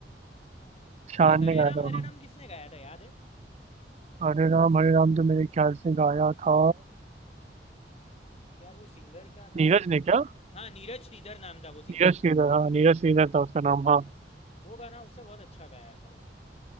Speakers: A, on the left; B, on the right.
A: हाँ
B: शान
A: ये हरे
B: ने गाया
A: राम
B: था
A: हरे
B: हाँ
A: राम किसने गाया था याद है
B: हरे राम हरे राम तो मेरे ख्याल से गाया था
A: यार वो सिंगर का नाम
B: नीरज ने क्या
A: हाँ नीरज श्रीधर नाम था वो सिंगर
B: नीरज श्रीधर
A: का
B: हाँ नीरज श्रीधर था उसका नाम हाँ
A: वो गाना उसने बहुत अच्छा गाया था भाई